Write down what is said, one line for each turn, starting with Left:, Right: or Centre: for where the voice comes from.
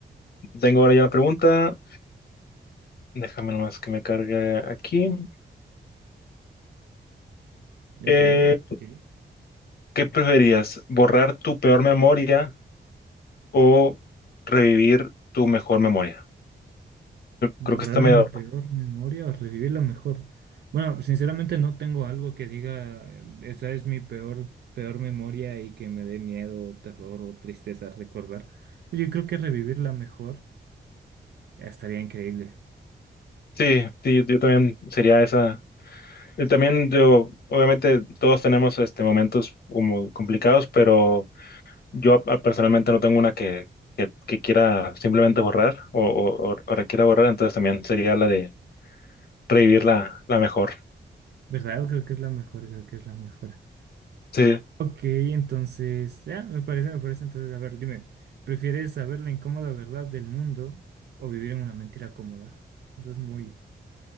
Left: tengo ahora ya una pregunta. Déjame nomás que me cargue aquí.
Right: ok.
Left: Eh,
Right: ok.
Left: ¿qué preferías? ¿Borrar tu peor memoria o revivir tu mejor memoria? Creo
Right: Borrar
Left: que está medio...
Right: mi peor memoria o revivir la mejor. Bueno, sinceramente no tengo algo que diga, eh, esa es mi peor, peor memoria y que me dé miedo, o terror o tristeza recordar. Yo creo que revivir la mejor estaría increíble,
Left: Sí, sí, yo también sería esa, Y también yo, obviamente todos tenemos este momentos como complicados, pero yo ah, personalmente no tengo una que, que, que quiera simplemente borrar o, o, o- o requiera borrar, entonces también sería la de revivir la, la mejor.
Right: ¿verdad? Creo que es la mejor, creo que es la mejor.
Left: Sí,
Right: Ok, entonces, ya, me parece, me parece. Entonces, a ver, dime, ¿prefieres saber la incómoda verdad del mundo o vivir en una mentira cómoda? Esa es muy